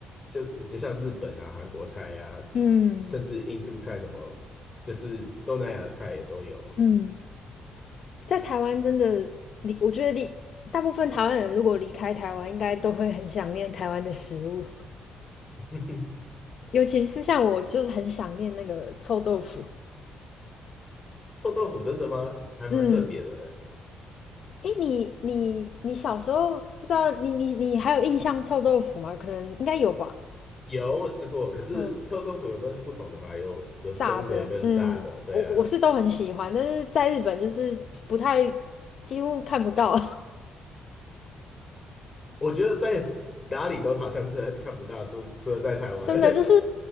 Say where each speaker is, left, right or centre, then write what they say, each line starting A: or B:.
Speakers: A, on the left; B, on the left.
A: 就就像日本啊、韩国菜啊，
B: 嗯
A: 甚至印度菜什么，就是东南亚菜也都有。
B: 嗯在台湾真的离，我觉得离大部分台湾人如果离开台湾，应该都会很想念台湾的食物，
A: <laughs>
B: 尤其是像我，就是很想念那个臭豆腐。
A: 臭豆腐真的吗？还蛮特别的欸。
B: 嗯，诶，你你你小时候不知道你你你还有印象臭豆腐吗？可能应该有吧。
A: 有，我吃过，可是臭豆腐有分不同的嘛，
B: 嗯，
A: 有有蒸的跟炸的，
B: 炸的，嗯，
A: 对啊。
B: 我我是都很喜欢，但是在日本就是不太几乎看不到，
A: 我觉得在哪里都好像这看不到，除除了在台湾，
B: 真的就是，